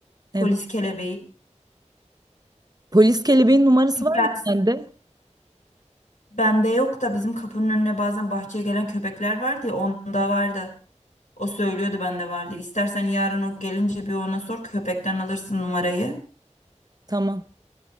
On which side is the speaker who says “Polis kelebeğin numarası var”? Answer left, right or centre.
Right